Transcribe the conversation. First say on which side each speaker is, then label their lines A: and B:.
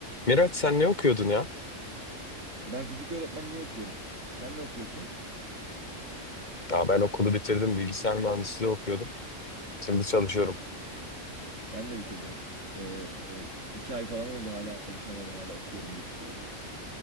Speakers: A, on the left; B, on the right.
A: Miraç sen ne okuyordun ya?
B: Ben fizik öğretmenliği okuyorum. Sen ne okuyorsun?
A: Aa, ben okulu bitirdim, bilgisayar mühendisliği okuyordum. Şimdi çalışıyorum.
B: Ha, Ben de bitirdim. Ee, e, iki ay falan oldu hala alışamadım hala okuyorum deyip duruyorum.